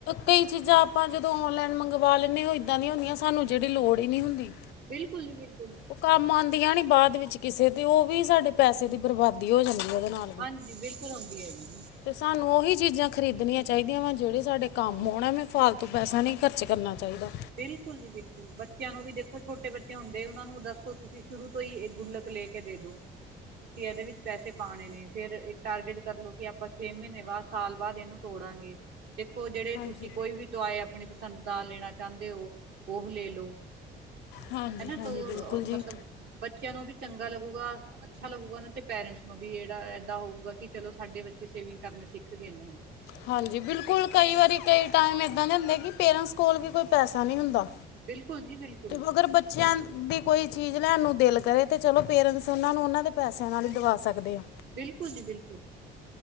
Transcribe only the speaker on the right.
ਬਿਲਕੁਲ ਜੀ ਬਿਲਕੁਲ,
ਹਾਂਜੀ ਬਿਲਕੁਲ ਹੁੰਦੀ ਐ ਜੀ।
ਬਿਲਕੁਲ ਜੀ ਬਿਲਕੁਲ, ਬੱਚਿਆਂ ਨੂੰ ਵੀ ਦੇਖੋ ਛੋਟੇ ਬੱਚੇ ਹੁੰਦੇ ਉਹਨਾਂ ਨੂੰ ਦੱਸੋ ਤੁਸੀਂ ਸ਼ੁਰੂ ਤੋਂ ਈ ਇਹ ਗੁੱਲਕ ਲੈ ਕੇ ਦੇ ਦੋ, ਤੁਸੀਂ ਇਹਦੇ ਵਿੱਚ ਪੈਸੇ ਪਾਣੇ ਨੇ ਫੇਰ ਇੱਕ ਟਾਰਗੇਟ ਕਰਲੋ ਕਿ ਆਪਾਂ ਛੇ ਮਹੀਨੇ ਬਾਅਦ ਸਾਲ ਬਾਅਦ ਇਹਨੂੰ ਤੋੜਾਂਗੇ, ਤੇ ਦੇਖੋ ਜਿਹੜੇ
ਤੁਸੀਂ ਕੋਈ ਵੀ ਤੁਸੀ ਟੋਆਏ ਆਪਣੀ ਪਸੰਦ ਦਾ ਲੈਣਾ ਚਾਹੁੰਦੇ ਹੋ ਉਹੋ ਲੈ ਲਓ,
ਹਨਾ
ਤੋ
ਮਤਲਬ ਬੱਚਿਆਂ ਨੂੰ ਵੀ ਚੰਗਾ ਲੱਗੂਗਾ, ਅੱਛਾ ਲੱਗੂਗਾ ਨਾ ਤੇ ਪੇਰੈਂਟਸ ਨੂੰ ਵੀ ਜਿਹੜਾ ਏਦਾਂ ਹੋਊਗਾ ਕਿ ਚਲੋ ਸਾਡੇ ਬੱਚੇ ਸੇਵਿੰਗ ਕਰਨੀ ਸਿੱਖ ਗਏ ਨੇ ਹੁਣ।
ਬਿਲਕੁਲ ਜੀ ਬਿਲਕੁਲ,
ਬਿਲਕੁਲ ਜੀ ਬਿਲਕੁਲ,